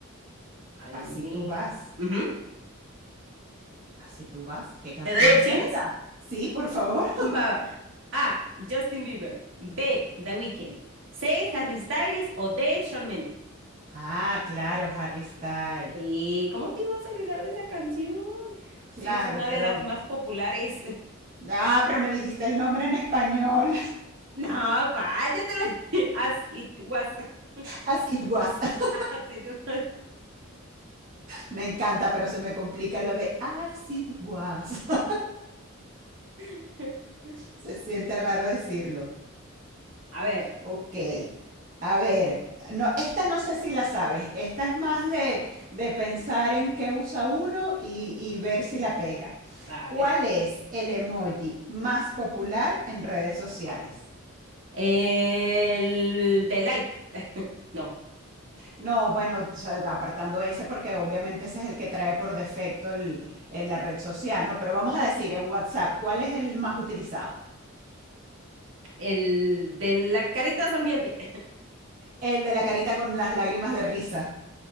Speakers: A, on the right; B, on the right.
A: A ver,
B: Así
A: nene.
B: tú vas,
A: Ujú.
B: así tú vas. ¿Qué canción
A: ¿Te doy opciones?
B: es esa? Sí, por favor.
A: Va. A. Justin Bieber. B. The Weeknd. C. Harry Styles o D. Shawn Mendes.
B: Ah, claro, Harry Style.
A: Sí, ¿cómo te ibas a olvidar de esa canción?
B: Claro,
A: Sí, es una
B: pero...
A: de las más populares.
B: Ah, pero
A: <laughs>
B: me dijiste el nombre en español.
A: No, ¿cuál? Ya te la dije. As it was. <laughs>
B: As it was. <laughs>
A: As it was.
B: Me encanta, pero se me complica lo de as it was. <laughs>
A: <laughs>
B: Se siente raro decirlo.
A: A ver,
B: Ok.
A: el siguiente.
B: A ver. No, esta no sé si la sabes. Esta es más de, de pensar en qué usa uno y, y ver si la pega.
A: A
B: ¿Cuál
A: ver.
B: es el emoji más popular en redes sociales?
A: El de like. <laughs> No,
B: No, bueno, o sea, apartando ese porque obviamente ese es el que trae por defecto el, el- la red social, ¿no? Pero vamos a decir en WhatsApp, ¿cuál es el más utilizado?
A: el de la carita sonriente.
B: El de la carita con las lágrimas de risa.